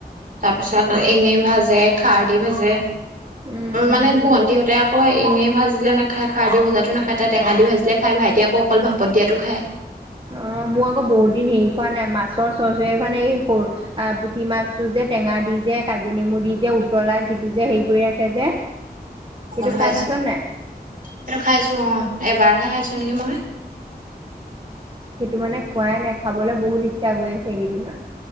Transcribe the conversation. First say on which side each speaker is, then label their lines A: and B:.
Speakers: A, on the right (about 60°); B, on the right (about 30°).
A: তাৰপিছত
B: অ',
A: এনে ভাজে খাৰ দি ভাজে
B: উম, উম।
A: মানে ভন্টিহঁতে অই এনেই ভাজিলে নাখায় খাৰ দি ভজাতো নাখায় তাত টেঙা দি ভাজিলে খায় ভাইটি আকৌ অকল ভাপতিয়া খায়
B: অ মোৰ আকৌ বহুত দিন হেৰি খোৱা নাই মাছৰ চবজিৰ এখন নাই এই পুঠি মাছটো যে টেঙা দি যে কাজি নেমু দি যে উতলাই যিটো যে হেৰি কৰি ৰাখে যে সেইটো
A: অ খাইছো
B: খাই পাইছ নাই?
A: ত খাইছো অ এবাৰহে খাইছো তেনকে ম
B: সেইটো মানে খোৱাই নাই খাবলৈ বহুত ইচ্ছা গৈ আছে এইকেইদিনত